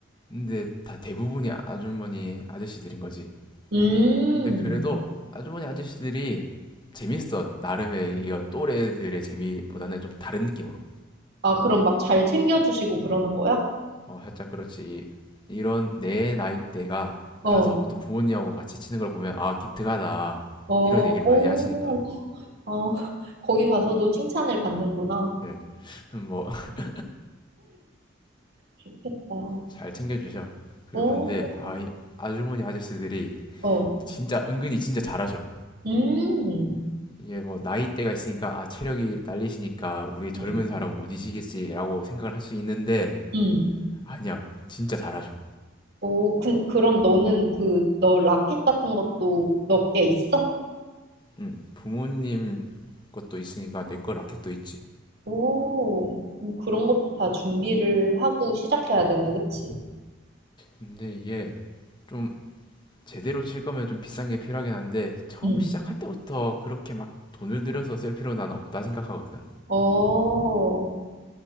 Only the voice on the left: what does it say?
근데 다 대부분이 아주머니 아저씨들인 거지
근데 그래도 아주머니 아저씨들이 재밌어 나름의 이 또래들의 재미보다는 좀 다른 느낌으로
좀
어, 살짝 그렇지 이- 이런 내 나이대가
가서 보통 부모님하고 같이 치는 걸 보면 아 기특하다
이런 얘기를
많이 하시니까
예. 뭐 <laughs>
잘 챙겨주셔. 그리고
근데 아, 이 아주머니 아저씨들이
진짜 은근히 진짜 잘하셔.
이게 뭐 나이대가 있으니까 아 체력이 딸리시니까 우리 젊은
사람 못 이시겠지라고 생각을 할 수 있는데
아니야 진짜 잘하셔.
응 부모님 것도 있으니까 내 거 라켓도 있지.
근데 이게 좀 제대로 칠 거면 좀 비싼 게 필요하긴 한데 처음
시작할 때부터 그렇게 막 돈을 들여서 셀 필요는 나는 없다 생각하거든.